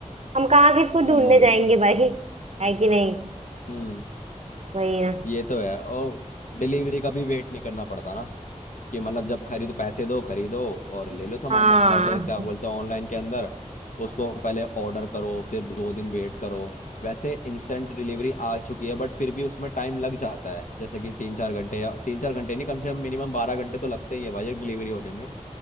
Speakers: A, on the right; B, on the left.
A: हम कहाँ किसको
B: हम्म
A: ढूंढने जाएंगे
B: हम्म
A: भाई है कि नहीं
B: हम्म,
A: वही ना
B: ये तो है और डिलीवरी का भी वेट नहीं करना पड़ता ना कि मतलब जब खरीदो पैसे दो खरीदो और ले लो सामान
A: हाँ
B: बट क्या बोलते हैं ऑनलाइन के अंदर उसको पहले ऑर्डर करो फिर दो दिन वेट करो वैसे इंस्टेंट डिलीवरी आ चुकी है बट फिर भी उसमें टाइम लग जाता है जैसे कि तीन चार घंटे या तीन चार घंटे नहीं कम से कम मिनिमम बारह घंटे तो लगते ही है भाई एक डिलीवरी होने में